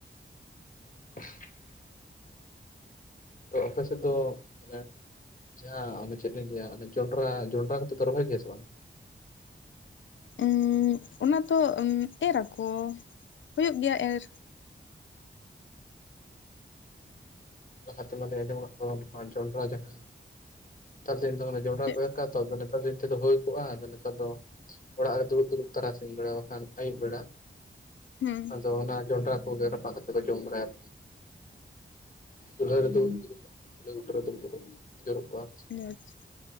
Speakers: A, on the left; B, on the left.
A: <inaudible> ᱛᱚ ᱟᱯᱮ ᱥᱮᱫ ᱫᱚ ᱢᱟᱱᱮ ᱡᱟᱦᱟᱸ ᱚᱱᱮ ᱪᱮᱫ ᱞᱤᱧ ᱞᱟᱹᱭᱟ ᱚᱱᱮ ᱡᱚᱱᱰᱨᱟ ᱡᱚᱱᱰᱨᱟ ᱠᱚᱫᱚ ᱯᱮ ᱨᱚᱦᱚᱭ ᱜᱮᱭᱟ ᱥᱮ ᱵᱟᱝ?
B: ᱩᱸᱜ ᱚᱱᱟ ᱛᱚ ᱩᱸᱜ ᱮᱨᱟᱠᱚ ᱦᱳᱭᱳᱜ ᱜᱮᱭᱟ ᱮᱨ᱾
A: ᱞᱟᱦᱟᱛᱮ ᱢᱟᱫᱚᱧ ᱟᱸᱡᱚᱢ ᱠᱟᱜ ᱠᱚᱣᱟ ᱱᱚᱣᱟ ᱡᱚᱱᱰᱨᱟ ᱡᱟᱦᱟᱸ ᱱᱮᱛᱟᱨ ᱫᱤᱱ ᱫᱚ ᱚᱱᱮ ᱡᱚᱱᱰᱨᱟ
B: ᱪᱮᱫ
A: ᱠᱚ ᱮᱨ ᱠᱟᱜᱟ ᱛᱚ ᱟᱫᱚ ᱱᱮᱛᱟᱨ ᱫᱤᱱ ᱛᱮᱫᱚ ᱦᱳᱭ ᱠᱚᱜᱟ ᱟᱫᱚ ᱱᱮᱛᱟᱨ ᱫᱚ ᱚᱲᱟᱜ ᱨᱮ ᱫᱩᱲᱩᱵ ᱫᱩᱲᱩᱵ ᱛᱟᱨᱟᱥᱤᱧ ᱵᱮᱲᱟ ᱵᱟᱠᱷᱟᱱ ᱟᱹᱭᱩᱵ ᱵᱮᱲᱟ
B: ᱦᱩᱸ
A: ᱟᱫᱚ ᱚᱱᱟ ᱡᱚᱱᱰᱨᱟ ᱠᱚᱜᱮ ᱨᱟᱯᱟᱜ ᱠᱟᱛᱮ ᱠᱚ ᱡᱚᱢ ᱵᱟᱲᱟᱭᱟ᱾ ᱪᱩᱞᱦᱟᱹ ᱨᱮ ᱫᱩᱲᱩᱵ ᱫᱩᱲᱩᱵ ᱪᱩᱞᱦᱟᱹ ᱵᱩᱴᱟᱹ ᱨᱮ ᱫᱩᱲᱩᱵ ᱠᱟᱛᱮ ᱠᱚ ᱡᱳᱨᱳᱜ ᱠᱚᱜᱟ᱾
B: ᱟᱪᱪᱷᱟ